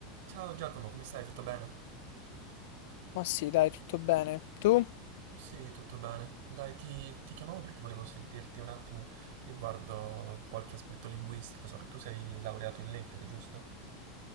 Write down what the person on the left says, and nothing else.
Ma sì, dai, tutto bene. Tu?